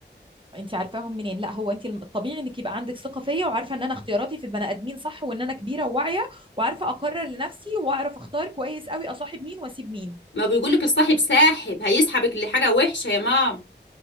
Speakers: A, on the right (about 30°); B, on the left (about 80°).
A: انت عارفاهم منين لا هو انت الطبيعي انك يبقى عندك ثقه فيا وعارفه ان انا اختياراتي في البني ادمين صح وان انا كبيره وواعيه وعارفه اقرر لنفسي واعرف اختار كويس قوي اصاحب مين واسيب مين
B: ما بيقول لك الصاحب ساحب هيسحبك لحاجه وحشه يا مام